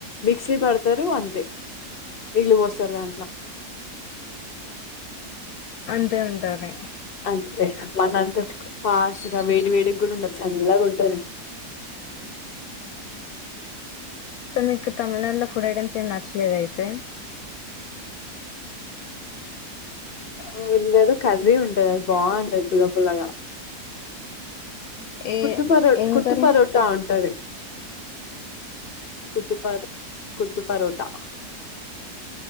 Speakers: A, on the left; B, on the left.
A: మిక్సీ పడతారు అంతే నీళ్ళుపోస్తారు దాంట్ల
B: అంతే ఉంటాది
A: అంతే మనంత ఫాస్ట్గా వేడి వేడి కూడా ఉండదు చల్లగా ఉంటది
B: సో మీకు తమిళనాడులో ఫుడ్ ఐటమ్స్ ఏమి నచ్చలేద అయితే
A: ఆ విన్లేదు కర్రీ ఉంటంది అది బాగుంటది పుల్ల పుల్లగా
B: ఏ
A: కుత్తుపరో
B: ఏం
A: కుత్తు
B: కర్రీ
A: పరోటా ఉంటది కుత్తు పడ్ కుత్తు పారొట్ ట